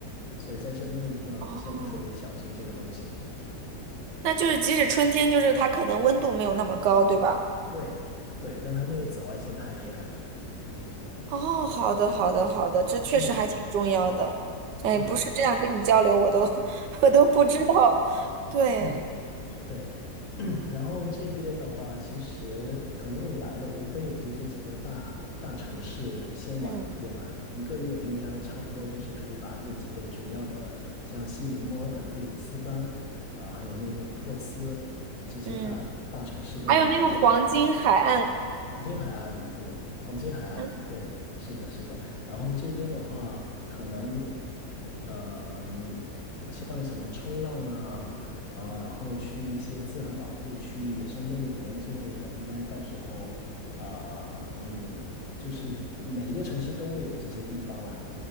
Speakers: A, on the left; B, on the right.
A: 所以在这边一定要先特别小心这个东西。
B: 哦，那就是即使春天，就是他可能温度没有那么高，对吧？
A: 对对，但它那个紫外线太厉害了。
B: 哦，好的，好的，好的，这确实还挺重要的。
A: 嗯，是的，
B: 哎，不是这样跟你交流，
A: 是的，
B: 我都 <laughs> 我都不知道。对，
A: 嗯，对。<clears throat> 然后这边的话，其实可能你来了，无非也就这几个大大城市先玩一遍嘛。
B: 嗯
A: 一个月应该差不多就是可以把这几个主要的，像悉尼、墨尔本、布里斯班，啊、还有那个珀斯这些大大城市都玩一遍。
B: 嗯，还有那个黄金海岸，
A: 黄金海岸，对，黄金海岸，
B: 嗯
A: 对，是的，是的。然后这边的话，可能，呃，你像什么冲浪啊，啊、然后去一些自然保护区、野生动物园之类的，应该到时候，啊、你就是每一个城市都会有这些地方啦。